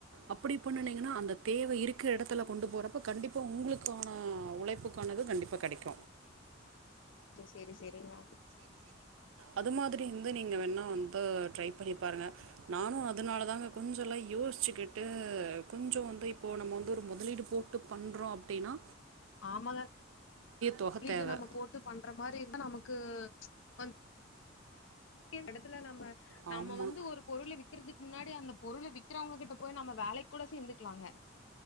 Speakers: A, on the right (about 80°); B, on the left (about 70°).
A: அப்டி பண்ணுனீங்கன்னா அந்த தேவ இருக்குற எடத்துல கொண்டு போறப்ப கண்டிப்பா உங்களுக்கான உழைப்புக்கானது கண்டிப்பா கெடைக்கு
B: செரி செரிங்கமா
A: அது மாதிரி இருந்து நீங்க வேணா வந்து ட்ரை பண்ணி பாருங்க நானு அதனால தாங்க கொஞ்சொ எல்லா யோசிச்சுக்கிட்டு கொஞ்சொ வந்து இப்போ நம்ம வந்து ஒரு முதலீடு போட்டு பண்றோ அப்டின்னா
B: ஆமாங்க
A: தொகை
B: இது
A: தேவை
B: நம்ம போட்டு பண்ற மாரி இருந்தா நமக் கு வந் டின் எடத்துல நம்ம
A: ஆமா
B: நம்ம வந்து ஒரு பொருள வி க்கிறதுக்கு முன்னாடி அந்த பொருள வித்துறவங்க கிட்ட போய் நம்ம வேலைக்கு கூட சேந்துக்கலாங்க